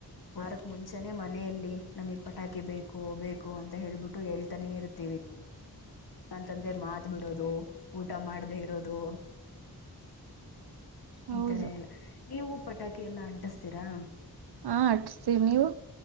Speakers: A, on the left; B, on the right.
A: ವಾರಕ ಮುಂಚೆನೆ ಮನೆಯಲ್ಲಿ ನಮಗ ಪಟಾಕಿ ಬೇಕು ಬೇಕು ಅಂತ ಹೇಳ್ಬಿಟ್ಟು ಹೇಳ್ತಾನೇ ಇರ್ತೀವಿ. ಅಂತದೆ ಮಾತ ಬಿಡೋದು ಊಟ ಮಾಡ್ದೇ ಇರೋದು.
B: ಹೌದು
A: ಈ ತರ ಎಲ್ಲ ನೀವು ಪಟಾಕಿ ಎಲ್ಲಾ ಅಂಟಿಸತೀರಾ.
B: ಹಾ ಅಟಸತೀವಿ ನೀವು.